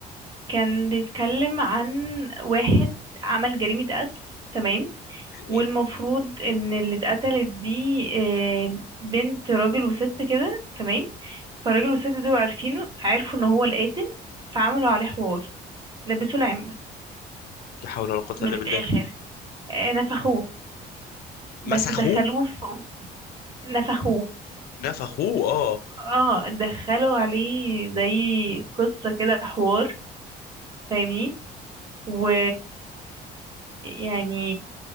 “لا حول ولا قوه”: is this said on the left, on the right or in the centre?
Left